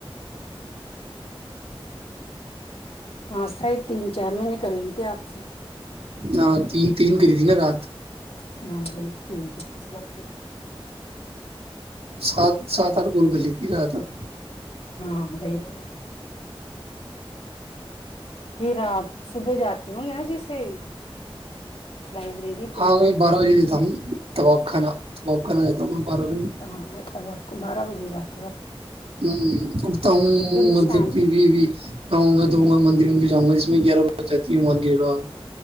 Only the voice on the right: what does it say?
ہ تین تین کر تھی نا رات <unintelligible>
سات سات آٹھ گول گلی پ رہ آ تھا بھ <unintelligible>
ہاں میں بارہ بجے دیتا ہوں تباب خانا تباب کانا جا ہوں بارہ بجے
ہ اٹتا ہوں
مطلب
پھر
بھیب
آؤں گا دؤں گا مندر مندر جاؤں گا اس میں کیا رو چاہتی ہ مانو <unintelligible>